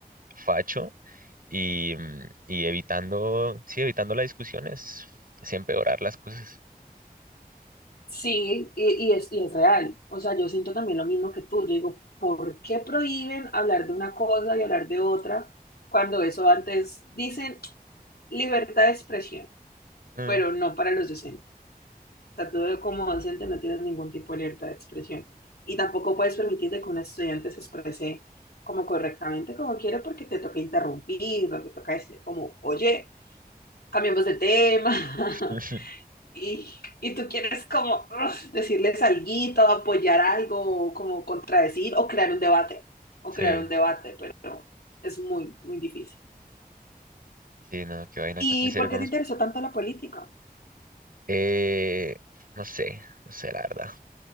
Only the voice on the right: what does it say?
facho, y, mm, y evitando, sí, evitando las discusiones, es empeorar las cosas.
Mm.
<laughs>
Sí,
sí, no, qué vaina,
con- en serio
con
los...
Eh, no sé, no sé, la verdad.